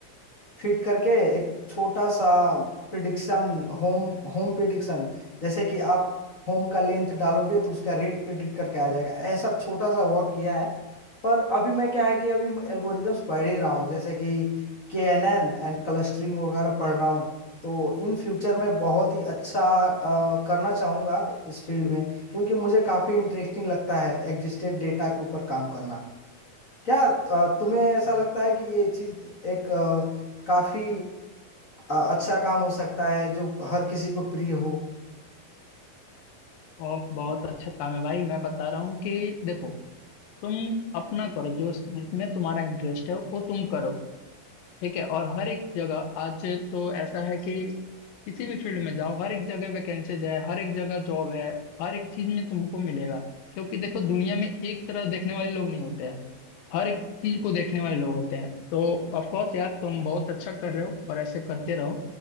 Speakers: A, on the left; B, on the left.
A: फिट करके एक छोटा सा प्रिडिक्शन होम होम प्रिडिक्शन जैसे कि आप होम का लेंथ डालोगे तो उसका रेट प्रिडिक्ट करके आ जाएगा ऐसा छोटा सा वर्क किया है पर अभी मैं क्या है कि अभी एल्गोरिदम्स पढ़ ही रहा हूँ जैसे कि K N N and clustering वगैरह पढ़ रहा हूँ तो इन फ्यूचर में बहुत ही अच्छा अ, करना चाहूँगा इस फील्ड में क्योंकि मुझे काफ़ी इंटरेस्टिंग लगता है एग्जिस्टेड डेटा के ऊपर काम करना क्या अ, तुम्हें ऐसा
B: हाँ,
A: लगता है कि ये चीज एक अ, काफी अ, अच्छा काम हो सकता है जो हर किसी को प्रिय हो
B: बहुत बहुत अच्छा काम है भाई मैं बता रहा हूँ कि देखो तुम अपना करो जो इसमें तुम्हारा इंटरेस्ट है वो तुम करो ठीक है और हर एक जगह आज तो ऐसा है कि किसी भी फील्ड में जाओ हर एक जगह वैकेंसीज है हर एक जगह जॉब है हर एक चीज में तुमको मिलेगा क्योंकि देखो दुनिया में एक तरह देखने वाले लोग नहीं होते हैं हर एक चीज को देखने वाले लोग होते हैं तो ऑफ कोर्स यार तुम बहुत अच्छा कर रहे हो और ऐसे करते रहो